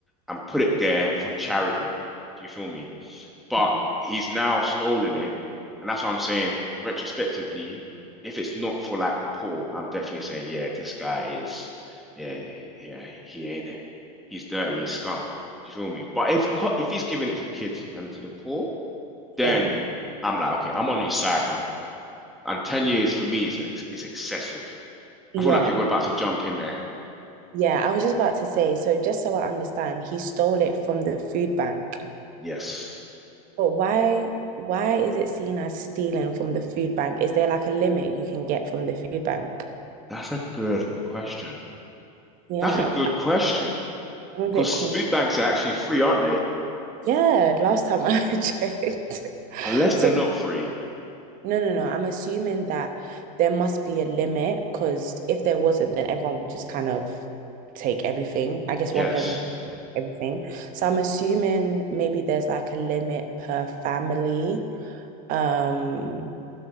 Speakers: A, in the centre; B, on the right.
A: and put it there for charity. Do you feel me? But
B: Mhm.
A: he's now stolen it, and that's what I'm saying. Retrospectively, if it's not for like the poor, I'm definitely saying, yeah, this guy is, yeah, yeah, he ain't it. He's dirty, he's scum. Do you feel me? But if if he's giving it to the kids and to the poor, then
B: yeah,
A: I'm like, okay, I'm on his side now. And ten years for me is is excessive.
B: yeah,
A: I feel like you're about to jump in there.
B: yeah. I was just about to say, so just so I understand, he stole it from the food bank.
A: Yes,
B: But why, why is it seen as stealing from the food bank? Is there like a limit you can get from the food bank?
A: that's a good question.
B: Yeah,
A: That's a good question.
B: I'm a
A: Because
B: bit confused.
A: food banks are actually free, aren't they?
B: Yeah, last time I <laughs> checked.
A: Unless
B: So
A: they're not free.
B: No, no, no. I'm assuming that there must be a limit because if there wasn't, then everyone would just kind of take everything. I guess
A: Yes.
B: one person would take everything. So I'm assuming maybe there's like a limit per family. Um,